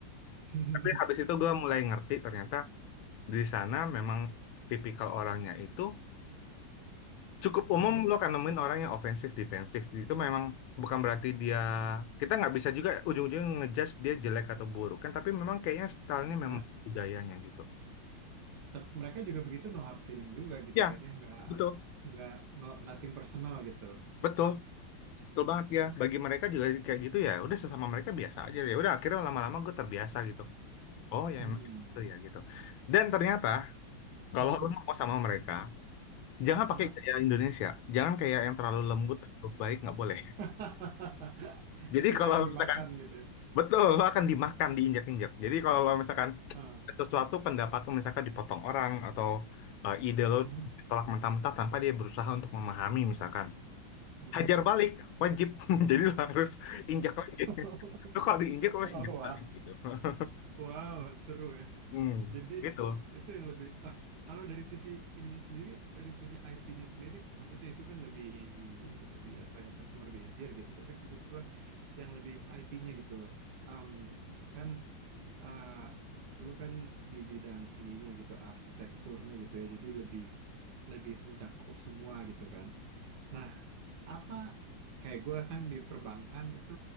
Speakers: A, on the right; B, on the left.
A: <laughs>
B: Tapi habis itu gue mulai ngerti ternyata di sana memang tipikal orangnya itu cukup umum
A: Hmm,
B: lo akan nemuin orang yang ofensif defensif itu memang bukan berarti dia kita nggak bisa juga ujung-ujungnya ngejudge dia jelek atau buruk kan tapi memang kayaknya stylenya
A: Ya.
B: memang budayanya gitu
A: Tep- mereka juga begitu no hard feeling juga gitu
B: ya
A: kan ya nggak
B: betul
A: nggak no nothing personal gitu
B: betul betul banget ya bagi mereka juga kayak gitu ya udah sesama mereka biasa aja ya udah akhirnya lama-lama gue terbiasa gitu oh ya
A: hmm
B: emang itu ya gitu dan ternyata kalau
A: Hmm.
B: lo mau sama mereka Jangan
A: Hah?
B: pakai gaya Indonesia. Jangan kayak yang terlalu lembut, terlalu baik, nggak boleh.
A: <laughs>
B: Jadi
A: kita
B: kalau
A: yang dimakan
B: misalkan
A: gitu ya.
B: Betul, lo akan dimakan, diinjak-injak. Jadi kalau lo misalkan
A: Ah.
B: sesuatu pendapat lo misalkan dipotong orang atau eh, ide lo
A: Hmm.
B: ditolak mentah-mentah tanpa dia berusaha untuk memahami misalkan.
A: Hmm.
B: Hajar balik, wajib. <laughs> Jadi lo harus injak lagi.
A: <laughs>
B: Lo kalau diinjak lo harus injak
A: Wah,
B: balik gitu. <laughs>
A: wow, seru ya.
B: Hmm,
A: Jadi
B: gitu.
A: itu yang lebih. Nah, kalau dari sisi ininya sendiri, dari sisi IT-nya sendiri, maksudnya itu kan lebih lebih apa ya customer behavior gitu. Tapi maksud gua yang lebih IT-nya gitu. Em, kan eh, lu kan di bidang ininya gitu, arsitekturnya gitu ya. Jadi lebih lebih mencakup semua gitu kan. Nah, apa kayak gue kan di perbankan itu